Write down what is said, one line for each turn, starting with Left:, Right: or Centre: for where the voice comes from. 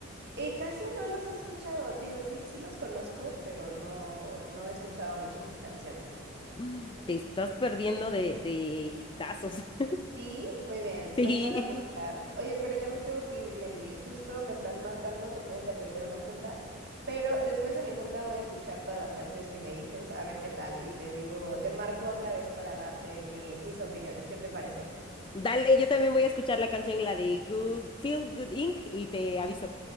Right: Eh, casi no los he escuchado, digo, sí, sí los conozco, pero no, no he escuchado mucho sus canciones.
Left: Mm, Te estás perdiendo de, de hitazos. <laughs>
Right: Sí, muy bien,
Left: Sí.
Right: los voy a buscar. Oye, pero ya me tengo que ir, Glendy. Justo me están marcando que tengo que atender una junta, pero después de mi junta voy a escuchar todas las canciones que me dices, a ver qué tal. Y te digo, te marco otra vez para darte mi- mis opiniones. ¿Qué te parece?
Left: Dale, yo también voy a escuchar la canción, la de Good, Feel Good Inc. y te aviso.